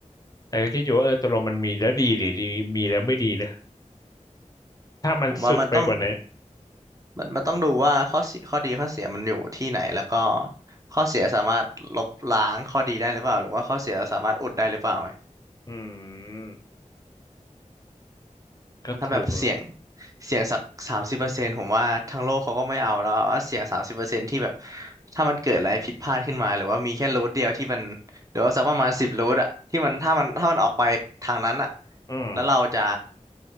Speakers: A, on the left; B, on the right.
A: แต่ก็คิดอยู่ว่าเออตกลงมันมีแล้วดีหรือดีมีแล้วไม่ดีนะถ้ามันสุดไปกว่าไหน
B: ผมว่ามันต้องมันมันต้องดูว่าข้อเสียข้อดีข้อเสียมันอยู่ที่ไหนแล้วก็ข้อเสียสามารถลบล้างข้อดีได้หรือเปล่าหรือว่าข้อเสียสามารถอุดได้หรือเปล่า
A: อืมก็ถูกละ
B: ถ้าแบบเสียงเสียงสักสามสิบเปอร์เซ็นต์ผมว่าทั้งโลกเขาก็ไม่เอาแล้วว่าเสียงสามสิบเปอร์เซ็นต์ที่แบบถ้ามันเกิดอะไรผิดพลาดขึ้นมาหรือว่ามีแค่รูทเดียวที่มันหรือว่าสักประมาณสิบรูทอะที่มันถ้ามันถ้ามันออกไปทางนั้นอะ
A: อืม
B: แล้วเราจะ